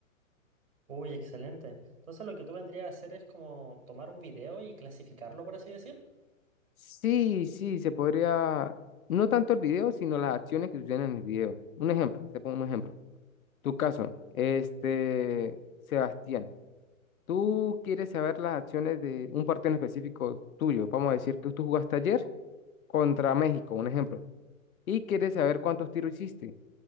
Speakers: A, on the right; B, on the left.
A: Uy, excelente. Entonces lo que tú vendrías a hacer es como tomar un video y clasificarlo, por así decir.
B: Sí, sí, se podría, no tanto el video, sino las acciones que suceden en el video. Un ejemplo, te pongo un ejemplo. Tu caso, este, Sebastián. Tú quieres saber las acciones de un partido en específico tuyo. Vamos a decir que tú jugaste ayer contra México, un ejemplo y quiere saber cuántos tiros hiciste.